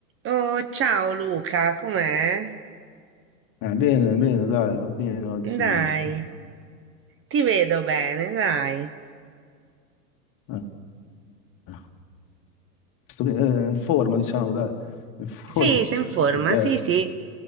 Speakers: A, on the right; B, on the left.
A: Oh, ciao Luca, com'è?
B: Eh, bene, bene, dai, va bene oggi,
A: Dai,
B: insomma,
A: ti vedo bene, dai.
B: eh, eh, sto bene, eh, in forma, diciamo, dai, in forma,
A: Sì, sei in
B: <laughs>
A: forma,
B: perché,
A: sì, sì.